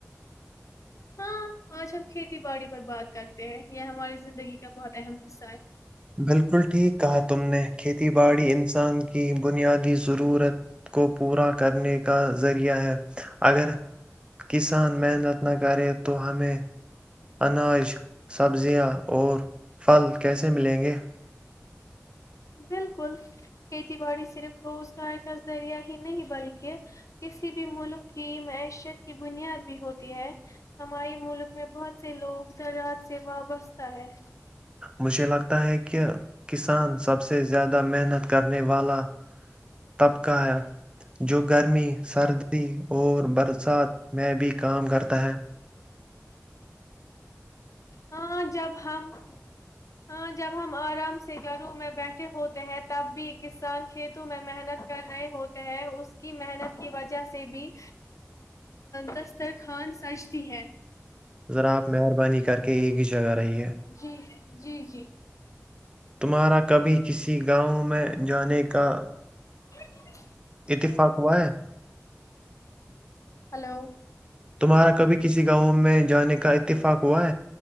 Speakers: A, on the left (about 75°); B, on the right (about 20°).
A: ہاں آج ہم کھیتی باڑی پر بات کرتے ہیں یہ ہماری زندگی کا بہت اہم حصہ ہے
B: بالکل ٹھیک کہا تم نے کھیتی باڑی انسان کی بنیادی ضرورت کو پورا کرنے کا ذریعہ ہے اگر کسان محنت نہ کرے تو ہمیں اناج سبزیاں اور پھل کیسے ملیں دے <unintelligible>
A: بالکل کھیتی باڑی صرف روزگار کا ذریعہ ہی نہیں بلکہ کسی بھی ملک کی معیشت کی بنیاد بھی ہوتی ہے ہماری ملک میں بہت سے لوگ زراعت سے وابستہ ہے
B: مجھے لگتا ہے کہ کسان سب سے زیادہ محنت کرنے والا طبقہ ہے جوگ گرمی سردی اور برسات میں بھی کام کرتا ہے
A: ہاں جب ہم ہاں جب ہم آرام سے گھروں میں بیٹھے ہوتے ہیں تب بھی کسان کھیتوں میں محنت کر رہے ہوتے ہیں اس کی محنت کی وجہ سے بھی دسترخوان سجتی ہے
B: ذرا آپ مہربانی کر کے ایک جگہ رہی ہے
A: جی جی جی
B: تمہارا کبھی کسی گاؤں میں جانے کا
A: ہ <unintelligible>
B: اتفاق ہوا ہے
A: ہلو
B: تمہارا کبھی کسی گاؤں میں جانے کے ک اتفاقوا